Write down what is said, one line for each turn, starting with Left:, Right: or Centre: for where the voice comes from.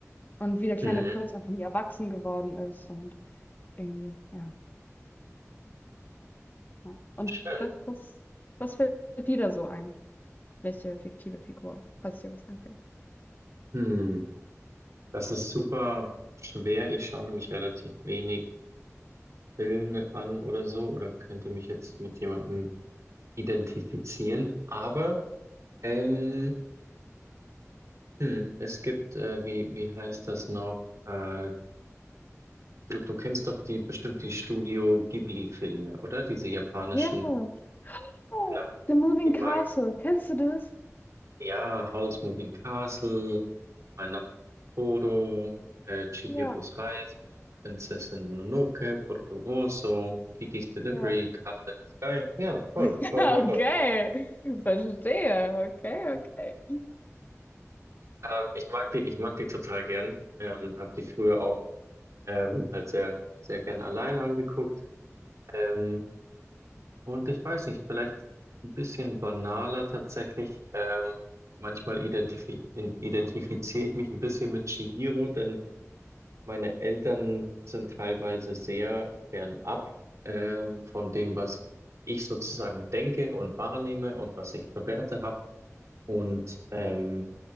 Left: Und wie der kleine
Right: Mhm.
Left: Prinz einfach nie erwachsen geworden ist und irgendwie, ja. ja. Und
Right: Schön.
Left: was, was, was fällt dir da so ein? welche fiktive Figur, falls dir was einfällt.
Right: Hm. Das ist super schwer. Ich schaue nämlich relativ wenig Filme an oder so oder könnte mich jetzt mit jemandem identifizieren. Aber ähm, hm, es gibt, äh, wie, wie heißt das noch? Äh, du, du kennst doch die bestimmt die Studio Ghibli-Filme, oder? Diese japanischen.
Left: Ja. <gasps> Oh,
Right: Genau.
Left: The Moving
Right: Die
Left: Castle.
Right: mag
Left: Kennst du das?
Right: Ja, Howl's Moving Castle, Mein Nachbar Totoro, äh, Chihiros
Left: Ja,
Right: Reise, Prinzessin Mononoke, Porco Rosso, Kiki's Delivery,
Left: ja.
Right: Castle in the Sky. Ja, voll,
Left: <laughs>
Right: voll,
Left: Okay,
Right: voll, voll.
Left: verstehe. Okay, okay.
Right: Ähm, ich mag die, ich mag die total gern. Ähm, hab die früher auch ähm, halt sehr, sehr gern alleine angeguckt. Ähm, und ich weiß nicht, vielleicht ein bisschen banaler tatsächlich. Ähm, manchmal identifi in- identifiziere ich mich ein bisschen mit Chihiro, denn Meine Eltern sind teilweise sehr fernab ähm, von dem, was ich sozusagen denke und wahrnehme und was ich für Werte habe. Und ähm,